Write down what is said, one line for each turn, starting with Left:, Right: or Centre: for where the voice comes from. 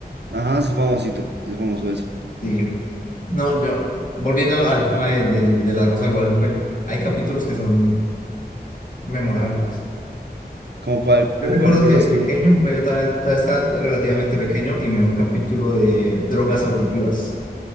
Right: ajá, se hizo famosito, se hizo famoso eso.
Left: Sí. No, yo, volviendo al tema de, del- de la Rosa de Guadalupe, hay capítulos que son memorables.
Right: ¿Cómo cuál, cómo
Left: Yo recuerdo
Right: cuál recuerdas
Left: que de pequeño,
Right: tú?
Left: pues yo todavía, todavía estaba pues, relativamente pequeño y me vi un capítulo de drogas auditivas,